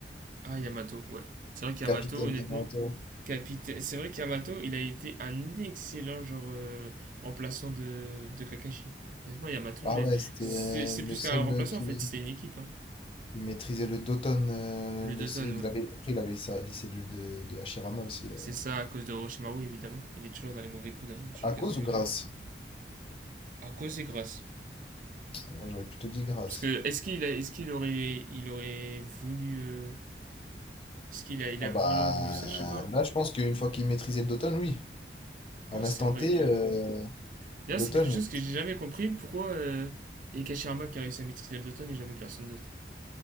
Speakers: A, on the right; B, on the left.
A: Ah, Yamato, ouais. C'est vrai qu'Yamato,
B: Capitaine
A: honnêtement,
B: Yamato.
A: capitaine... c'est vrai qu'Yamato, il a été un excellent genre euh, remplaçant de, de Kakashi. Honnêtement, Yamato,
B: Ah
A: je l'ai...
B: ouais, c'était
A: C'est
B: euh,
A: c'est
B: le
A: plus
B: seul
A: qu'un remplaçant
B: euh, qui.
A: en fait, c'était une équipe. Hein.
B: Il maîtrisait le Doton. euh,
A: Le
B: le-
A: Dozon,
B: il
A: ouais.
B: avait, après, il avait sa- les cellules de, de Hashirama aussi. euh.
A: C'est ça à cause de Orochimaru, évidemment. Il est toujours dans les mauvais coups d'un tous
B: À
A: les cas,
B: cause
A: celui-là.
B: ou grâce?
A: À cause des grâces.
B: Moi, j'aurais plutôt dit grâce.
A: Parce que est-ce qu'il a- est-ce qu'il aurait, il aurait voulu. euh, est-ce qu'il a, il
B: Ah
A: a
B: bah
A: vraiment voulu ça Je sais pas. hein.
B: là, je pense qu'une fois qu'il maîtrisait le Doton, oui. À
A: Ouais,
B: l'instant
A: c'est vrai
B: T,
A: que.
B: euh,
A: D'ailleurs,
B: Doton.
A: c'est quelque chose que j'ai jamais compris. Pourquoi euh, il y a Kashirama qui a réussi à maîtriser le Doton et jamais personne d'autre